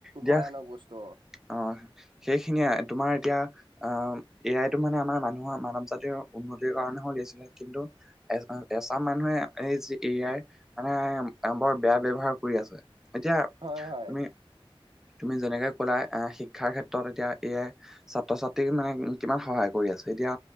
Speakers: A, in the centre; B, on the right.
A: দিয়া
B: ভয়ানক বস্তু
A: অ, সেইখিনিয়ে তোমাৰ এতিয়া, আহ এ আই এইটো মানে আমাৰ মানুহৰ, মানৱ জাতিৰ উন্নতিৰ কাৰণে হৈছিলে। কিন্তু এ এচাম মানুহে এই, যি এ আই, মানে বৰ বেয়া ব্যৱহাৰ কৰি আছে। এতিয়া,
B: হয় হয়
A: তুমি তুমি যেনেকে কলা, আহ শিক্ষাৰ ক্ষেত্ৰত এতিয়া এ আই, ছাত্ৰ-ছাত্ৰী মানে কিমান সহায় কৰি আছে। এতিয়া